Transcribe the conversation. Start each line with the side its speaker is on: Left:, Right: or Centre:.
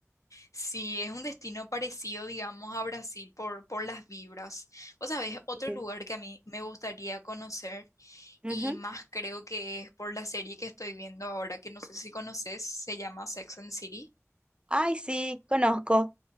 Left: Sí, es un destino parecido, digamos, a Brasil por, por las vibras. Vos sabés, otro
Right: Sí.
Left: lugar que a mí me gustaría conocer
Right: Ujú.
Left: y más creo que es por la serie que estoy viendo ahora, que no sé si conoces, se llama Sex and the City.
Right: Ay, sí, conozco.